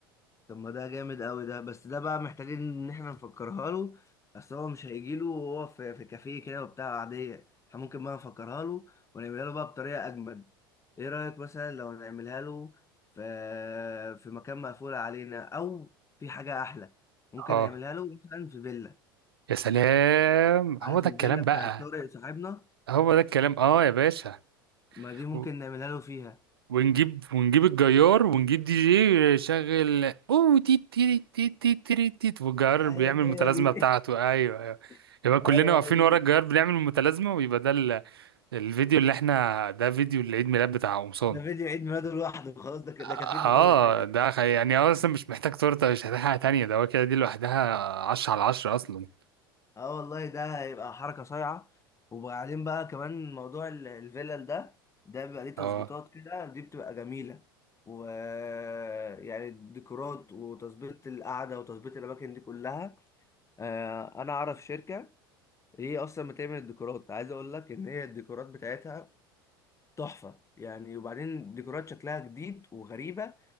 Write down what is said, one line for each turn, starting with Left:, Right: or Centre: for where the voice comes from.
Left: طب ما ده جامد قوي ده بس ده بقى محتاجين ان احنا نفكرها له اصل هو مش هيجي له وهو في, في كافيه كده وبتاع عادية احنا ممكن بقى نفكرها له ونعملها له بقى بطريقة اجمد ايه رأيك مثلا لو نعملها له في في مكان مقفول علينا او في حاجة احلى ممكن
Right: قوي
Left: نعملها له مثلا في فيلا
Right: يا سلام هو
Left: عارف
Right: ده
Left: الفيلا
Right: الكلام بقى
Left: بتاعت طارق صاحبنا
Right: هو ده الكلام اه يا باشا
Left: ما دي ممكن
Right: و-
Left: نعملها له فيها
Right: ونجيب ونجيب الجيار ونجيب دي جي يشغل اوه تي تي تي تي تي تي تي والجيار
Left: ايوه
Right: بيعمل المتلازمه
Left: هي دي
Right: بتاعته ايوه ايوه
Left: <laughs>
Right: يبقى كلنا
Left: ايوه
Right: واقفين
Left: هي
Right: ورا
Left: دي
Right: الجيار بنعمل المتلازمه ويبقى ده ال- الفيديو اللي احنا ده فيديو العيد ميلاد بتاع قمصان
Left: ده فيديو عيد ميلاده لوحده خلاص ده ك-
Right: اه
Left: ده كفيل بكل حاجه ده.
Right: ده خ- يعني هو اصلا مش محتاج تورته مش محتاج حاجه تانيه ده هو كده دي لوحدها 10 على 10 اصلا
Left: اه والله ده هيبقى حركه صايعه وبعدين بقى كمان موضوع ال- الفلل ده ده بيبقى ليه تظبيطات
Right: اه
Left: كده دي بتبقى جميله و آه، يعني الديكورات وتظبيط القعده وتظبيط الاماكن دي كلها آه، انا اعرف شركه هي اصلا بتعمل الديكورات عايز اقول لك ان هي الديكورات بتاعتها تحفة يعني وبعدين ديكورات شكلها جديد وغريبة